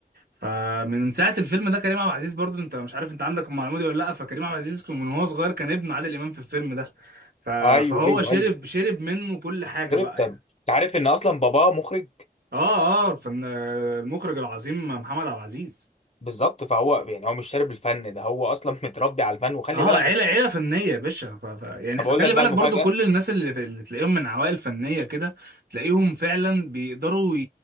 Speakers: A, on the right (about 65°); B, on the left (about 40°).
A: فمن ساعه الفيلم ده كريم عبد العزيز برضو انت مش عارف انت عندك المعلومه دي ولا لا فكريم عبد العزيز كان من هو صغير كان ابن عادل امام في الفيلم ده ف-
B: ايوه
A: فهو
B: ايوه
A: شرب
B: ايوه
A: شرب منه كل حاجه
B: شربت
A: بقى
B: انت
A: يعني
B: عارف ان اصلا باباه مخرج
A: اه اه الفن المخرج العظيم محمد عبد العزيز
B: بالظبط فهو يعني هو مش شارب الفن ده هو اصلا <laughs> متربي على الفن وخلي
A: اه
B: بالك
A: عيله
B: انا
A: عيله فنيه يا باشا ف... ف... يعني <laughs> خلي
B: بقول لك بقى
A: بالك
B: المفاجاه
A: برضو كل الناس اللي, في... اللي تلاقيهم من عوائل فنيه كده تلاقيهم فعلا بيقدروا ي...